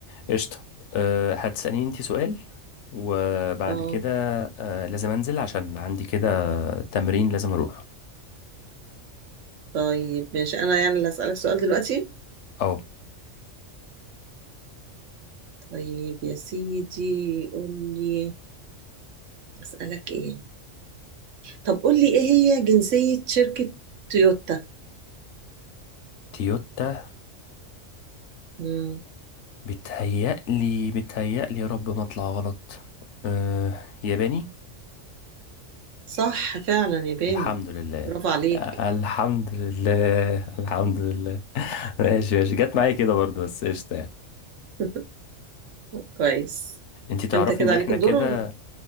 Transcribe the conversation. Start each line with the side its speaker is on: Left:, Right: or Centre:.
Left: قشطة أه هتسأليني انت سؤال وبعد
Right: اه
Left: كده أه لازم انزل عشان عندي كده تمرين لازم اروح
Right: طيب ماشي أنا يعني اللي هسألك سؤال دلوقتي
Left: اه
Right: طيب يا سيدي قول لي أسألك إيه طب قول لي إيه هي جنسية شركة تويوتا
Left: تويوتا
Right: مم.
Left: بتهيألي بتهيألي يا رب ما اطلع غلط أه ياباني
Right: صح فعلا ياباني
Left: الحمد لله
Right: برافو عليك
Left: الحمد لله الحمد لله <laughs> ماشي ماشي جت معايا كده برضو بس قشطة يعني.
Right: <laughs> كويس
Left: انت تعرفي
Right: انت كده
Left: ان
Right: عليك
Left: احنا
Right: الدور
Left: كده
Right: ولا إيه؟